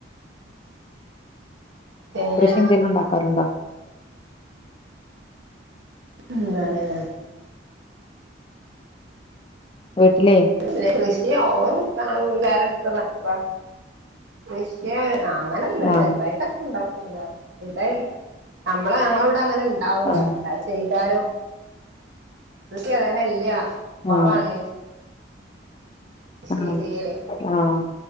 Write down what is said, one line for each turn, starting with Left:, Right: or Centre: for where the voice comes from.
Right: പിന്നെ
Left: കൃഷി ന്തെലുണ്ടാക്കാറുണ്ടോ?
Right: പിന്നെ എന്താണ്
Left: വീട്ട്ലേ.
Right: <unintelligible> കൃഷി ഓവർ ത്താ <unintelligible> ശ്. ക്യയ് അങ്ങനെന്നുൽ
Left: ആഹ്
Right: ചെറുതായിട്ടെത്തുണ്ടാക്കൂല്ല എന്തായും അമ്മളെ അങ്ങള വടഅങ്ങനെ ണ്ടാവൂല
Left: ആഹ്
Right: ണ്ട ചെയ്താലൊ കൃഷി അതന്നെ ഇല്ല കൊറവാണ്.
Left: ആഹ്
Right: ശരീല്
Left: ആഹ് ആഹ്